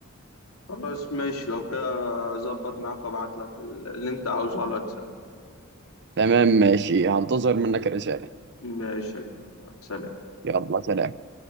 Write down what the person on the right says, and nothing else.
تمام ماشي هنتظر منك رساله
يلا سلام